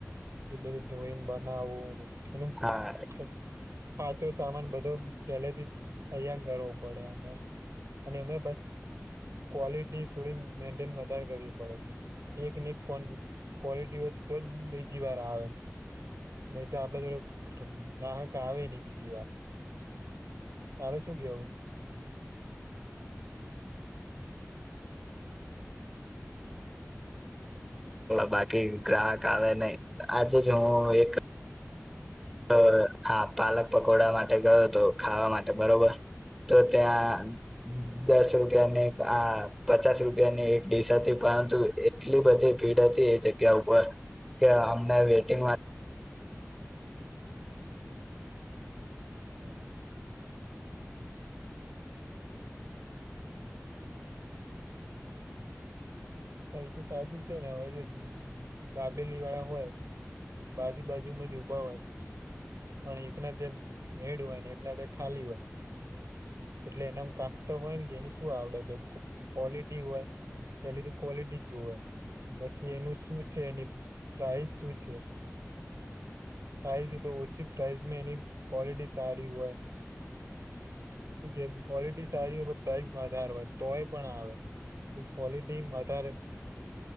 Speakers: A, on the right; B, in the centre.
A: એ બધું ધોઈને બનાવુંને <inaudible>
B: હા
A: હાચો સામાન બધો પેલેથી અહં કરવો પડે અને અને અમે ક્વલિટી થોડી મેન્ટેન ાર કરવી પડે છે એકનેક કોડ ક્વોલિટી હોય તો જ બજીી વાર આવે નહી તો આપડ જોડે ગહ આવે નહી બીજી વાર તારે શું કેવું
B: બાકી ગ્રાહક આવે નહી આજે જ હું એક તો હા પાલક પકોડા માટે ગયો હતો ખાવા માટે બરોબર તો ત્યાં દસ રૂપિયા ની આ પચાસ રૂપિયા ની એક દસાથી પરંતુ એટલી બધી ભીડ હતી એ જગ્યા ઉપર કે અમને વેટિંગ
A: <inaudible> એ તો સાચું છે ને હવે દાબેલી વાળા હોય બાજુ બાજુમાં જ ભા હોય અને એકના ભેડ હોયને એકના ખાલી હોય એટલે એનામ કાકત હોય ને કે એની શું આવડત ક્વોલિટી હોય એ લધું ક્વોલિટી જોએ પછી એનું શું છે એની પ્રઇસ શું છે પ્રાઇઝ ઓછી પ્રાઇઝમાં એની ક્વોલિટી સારી હોય કે ક્વોલિટી સારી હોય પ્રાઇસ વધારે હોય તોય પણ આવે ક્વોલિટી તારે